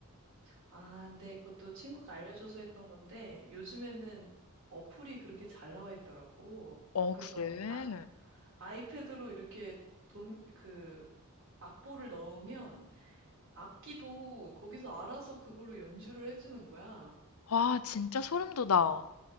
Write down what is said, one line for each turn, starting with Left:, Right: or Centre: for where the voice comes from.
Right: 아, 근데 그것도 친구가 알려줘서 했던 건데 요즘에는 어플이 그렇게 잘 나와 있더라고.
Left: 어
Right: 그래서
Left: 그래?
Right: 아, 아이패드로 이렇게 돔, 그 악보를 넣으면 악기도 거기서 알아서 그걸로 연주를 해주는 거야.
Left: 와 진짜 소름 돋아.